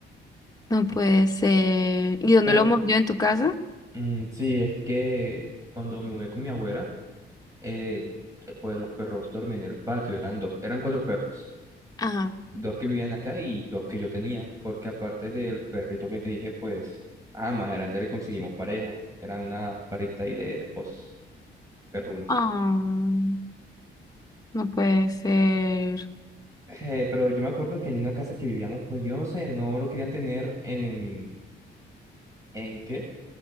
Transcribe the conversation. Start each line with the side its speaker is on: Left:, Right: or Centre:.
Left: no puede ser. ¿Y dónde
Right: Pero
Left: lo mordió? ¿En tu casa?
Right: mm, sí, es que cuando me mudé con mi abuela, eh, pues los perros dormían en el patio, eran dos, eran cuatro perros,
Left: Ajá.
Right: dos que vivían acá y dos que yo tenía, porque aparte del perrito que te dije, pues, ah, más adelante le conseguimos pareja, era una parejita ahí de, de esposos perrunos.
Left: Ah, no puede ser.
Right: Eh, pero yo me acuerdo que en una casa que vivíamos, pues yo no sé, no lo querían tener en, ¿en qué?